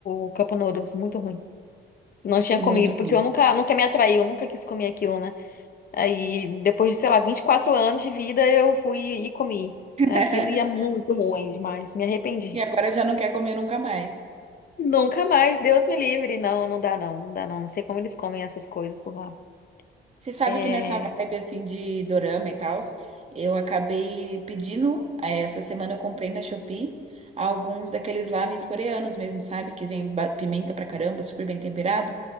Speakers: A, on the left; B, on the right.
A: o Cup Noodles, muito ruim. Não tinha
B: Muito
A: comido,
B: ruim.
A: porque eu nunca, nunca me atraiu, eu nunca quis comer aquilo, né? Aí, depois de, sei lá, 24 anos de vida, eu fui e comi.
B: <laughs>
A: Aquilo e é muito ruim demais, me arrependi.
B: E agora já não quer comer nunca mais.
A: Nunca mais, Deus me livre. Não, não dá não, não dá não. Não sei como eles comem essas coisas por lá.
B: Você sabe
A: É...
B: que nessa vibe assim de dorama e tal, eu acabei pedindo, eh, essa semana eu comprei na Shopee alguns daqueles lamens coreanos mesmo, sabe? Que vem ba- pimenta pra caramba, super bem temperado.